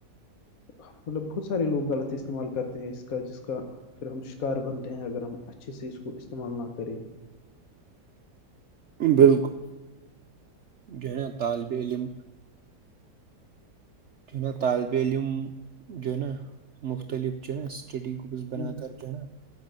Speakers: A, on the left; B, on the right.
A: مطلب بہت سارے لوگ غلط استعمال کرتے ہیں اس کا جس کا پھر ہم شکار بنتے ہیں اگر ہم اچھے سے اس کو استعمال نہ کریں
B: بالکل ج نا طالب علم جو ن طالب علم جو نہ مختلف جو نہ سٹڈی گروپس بنا
A: ہوں،
B: کر کہ نا